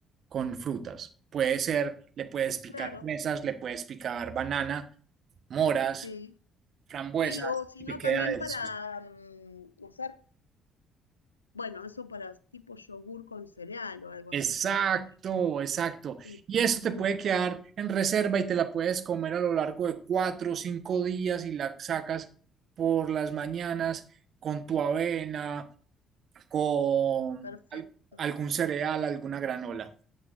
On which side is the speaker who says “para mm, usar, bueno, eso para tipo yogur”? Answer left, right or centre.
Left